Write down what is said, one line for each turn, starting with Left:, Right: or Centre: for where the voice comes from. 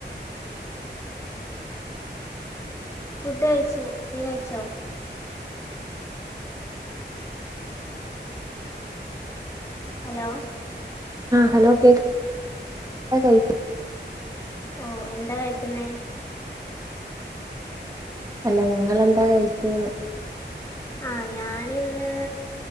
Left: ഫുഡ് കഴിച്ചു നീ കഴിച്ചോ? ഹലോ
Right: ഹലോ കേക്ക് <unintelligible>
Left: ഓഹ് എന്താ കഴിക്കുന്നേ?
Right: അല്ല നിങ്ങളെന്താ കഴിച്ചേന്ന്?
Left: ആ ഞാനിന്ന്